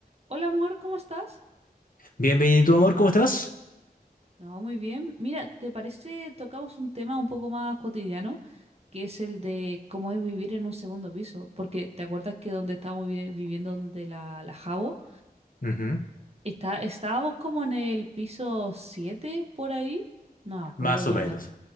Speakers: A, on the right; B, on the left.
A: Hola amor, ¿cómo estás?
B: Bienvenido, amor, ¿cómo estás?
A: No, muy bien. Mira, ¿te parece tocamos un tema un poco más cotidiano, que es el de cómo es vivir en un segundo piso? Porque ¿te acuerdas que donde estábamos vi- viviendo, donde la, la Jabo,
B: Ujú.
A: está, estábamos como en el piso 7 por ahí? No me acuerdo
B: Más
A: cuál
B: o menos.
A: era.